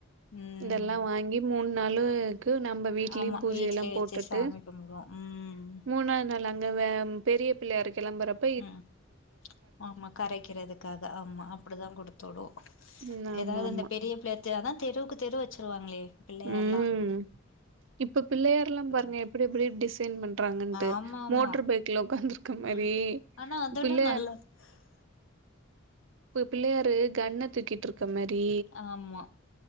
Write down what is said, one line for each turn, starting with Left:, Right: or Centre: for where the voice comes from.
Left: ம்
Right: இதெல்லாம் வாங்கி மூணு நாளு க்கு நம்ம வீடலயும்
Left: ஆமா
Right: பூஜ
Left: வீட்லயே
Right: எல்லாம் போட்டுட்டு
Left: வச்சு சாமி கும்பிடுவோ ம்
Right: மூணாது நாள் அங்க பெரிய பிள்ளையாரு கிளம்பறப்ப
Left: ம் ஆமா கரைக்கிறதுக்காக ஆமா அப்டிதான் குடுத்து விடுவோம்
Right: ம் ஆமா
Left: ஏதாவது
Right: ஆமா
Left: இந்த பெரிய பிள்ளையார் தெ அதா தெருவுக்கு தெரு வச்சிருவாங்களே பிள்ளையார்ல்லாம்
Right: ம் இப்ப பிள்ளையார் எல்லா பாருங்க
Left: விட்டு
Right: எப்படி எப்படி டிசைன் பண்றாங்கண்டு
Left: ஆமா ஆமா
Right: மோட்டர் பைக் குல உக்காந்துருக்க மாறி
Left: ம் ஆனா அதெல்லா
Right: பிள்ளையார்
Left: <unintelligible>
Right: இப்போ பிள்ளையாரு கன்ன தூக்கிட்டு இருக்க மாறி
Left: ஆமா